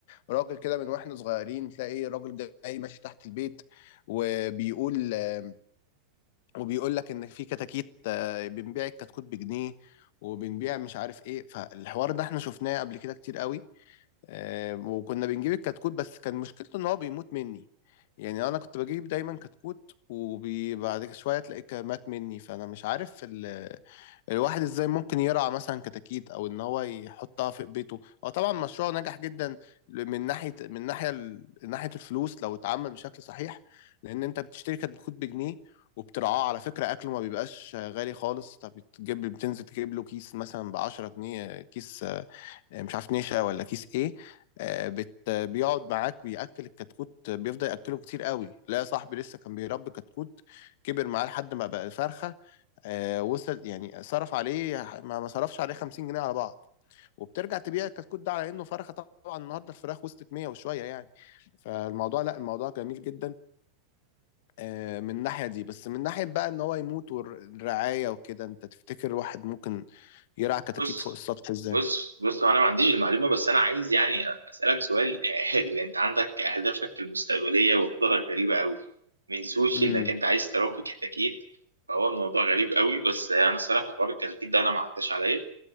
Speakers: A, on the left (about 50°); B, on the right (about 85°).
A: راجل كده من واحنا صغيرين تلاقي راجل جاي ماشي تحت البيت وبيقول آه، وبيقول لك إن في كتاكيت آه، بنبيع الكتكوت بجنيه وبنبيع مش عارف إيه فالحوار ده إحنا شفناه قبل كده كتير قوي آم، وكنا بنجيب الكتكوت بس كان مشكلته ان هو بيموت مني يعني انا كنت بجيب دايما كتكوت وبعد شويه تلاقيه كان مات مني فانا مش عارف ال... الواحد ازاي ممكن يرعى مثلا كتاكيت او ان هو يحطها في بيته هو طبعا مشروع نجح جدا من ناحيه من ناحيه ال... ناحيه الفلوس لو اتعمل بشكل صحيح لان انت بتشتري كتكوت بجنيه وبترعاه على فكرة أكله ما بيبقاش غالي خالص طب بتجيب بتنزل تجيب له كيس مثلا بعشرة جنيه كيس آه، مش عارف نشا ولا كيس ايه آه، بت بيقعد معاك بيأكل الكتكوت بيفضل يأكله كتير قوي لا يا صاحبي لسه كان بيربي كتكوت كبر معاه لحد ما بقى فرخة آه، وصل يعني صرف عليه ما ما صرفش عليه 50 جنيه على بعض وبترجع تبيع الكتكوت ده على انه فرخه طبعا النهارده الفراخ وصلت 100 وشويه يعني فالموضوع لا الموضوع جميل جدا آه، من الناحيه دي بس من ناحيه بقى ان هو يموت والرعايه وكده انت تفتكر واحد ممكن يرعى كتاكيت
B: بص
A: فوق السطح ازاي
B: بص بص هو انا ما عنديش المعلومه بس انا عايز يعني اسالك سؤال آه، اللي انت عندك اهدافك المستقبليه وخططك غريبه قوي من سوشي
A: امم
B: انك انت عايز تربي كتاكيت فهو الموضوع غريب قوي بس آه، انا الصراحه حوار الكتاكيت ده انا ما عداش عليا